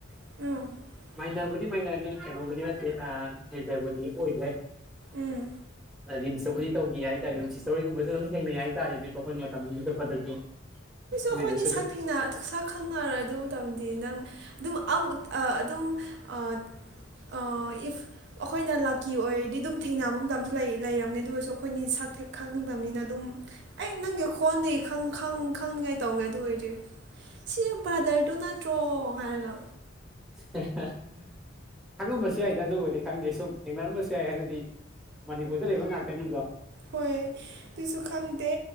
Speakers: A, on the right; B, in the centre.
A: <unintelligible>
B: ꯃꯥꯏꯅ꯭ꯔꯕꯨꯗꯤ ꯃꯥꯏꯅ꯭ꯔꯅ‌ꯦ ꯀꯩꯅꯣꯕꯨꯗꯤ ꯅꯠꯇꯦ ꯑꯥ ꯃꯦꯖ꯭ꯔꯕꯨꯗꯤ ꯑꯣꯏꯗ꯭ꯔꯦ
A: ꯎꯝ
B: ꯔꯤꯝꯁꯇꯕꯨꯗꯤ ꯇꯧꯒꯤ ꯍꯥꯏꯇꯥꯔꯦ ꯁꯤꯇ꯭ꯔꯍ‌ꯣꯏꯒꯨꯝꯕꯁꯨ ꯑꯗꯨꯝ ꯊꯦꯡꯅꯩ ꯍꯥꯏꯇꯥꯔꯦꯅꯦꯀꯣ ꯑꯩꯈꯣꯏꯅ ꯃꯇꯝꯗꯨꯗ ꯆꯠꯄꯗꯁꯨ ꯃꯣꯏꯅꯁꯨ
A: ꯑꯈꯣꯏꯅꯤ ꯁꯛ
B: ꯑꯗꯨꯝ
A: ꯊꯦꯡꯅ ꯁꯛ ꯈꯪꯅꯔꯗꯨ ꯃꯇꯝꯗꯤ ꯅꯪ ꯗꯨꯃꯨꯛ ꯑꯃꯨꯛ ꯑꯥ ꯑꯗꯨꯝ ꯑꯥ ꯑꯥ ꯏꯐ ꯑꯈꯣꯏꯅ ꯂꯥꯛꯀꯤ ꯑꯣꯏꯔꯗꯤ ꯑꯗꯨꯝ ꯊꯦꯡꯅꯕ ꯃꯇꯝꯁꯨ ꯂꯩ ꯂꯩꯔꯝꯅꯦ ꯑꯗꯨ ꯑꯣꯏꯔꯁꯨ ꯑꯩꯈꯣꯏꯅꯤ ꯁꯛꯊ‌ꯦꯛ ꯈꯪꯗꯝꯅꯤꯅ ꯑꯗꯨꯝ ꯑꯩ ꯅꯪꯒꯤ ꯈꯣꯟꯗꯤ ꯈꯪ ꯈꯪ ꯈꯪꯅꯤꯡꯉꯥꯏ ꯇꯧꯒꯦ ꯑꯗꯨ ꯑꯣꯏꯔꯗꯤ ꯁꯤ ꯕ꯭ꯔꯥꯗ꯭ꯔꯗꯣ ꯅꯠꯇ꯭ꯔꯣ ꯍꯥꯏꯔꯒ
B: <unintelligible> ꯈꯪꯉꯝꯕꯁꯨ ꯌꯥꯏꯗ ꯑꯗꯨꯕꯨꯗꯤ ꯈꯪꯗꯦ ꯁꯨꯝ ꯊꯦꯡꯅꯔꯝꯕꯁꯨ ꯌꯥꯏ ꯑꯗꯨꯗꯤ ꯃꯅꯤꯄꯨꯔꯗ ꯂꯩꯕ ꯉꯥꯛꯇꯅꯤꯗꯣ
A: ꯍꯣꯏ ꯇꯤꯁꯨ ꯈꯪꯗꯦ